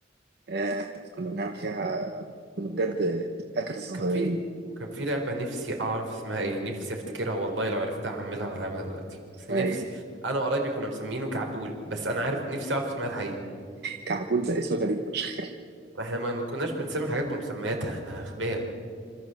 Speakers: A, on the right; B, on the right.
A: آه كنا بنعمل فيها كنا بجد هاكرز صغيرين
B: كان في وكان في لعبة نفسي أعرف اسمها ايه نفسي أفتكرها والله لو عرفتها هحملها وألعبها دلوقتي
A: اسمها
B: بس نفسي
A: ايه
B: أنا وقرايبي كنا مسمينه كعبول بس أنا عارف نفسي أعرف اسمها الحقيقي
A: كعبول ده اسم غريب فشخ
B: احنا ما ما كناش بنسمي حاجات بمسمياتها احنا أغبياء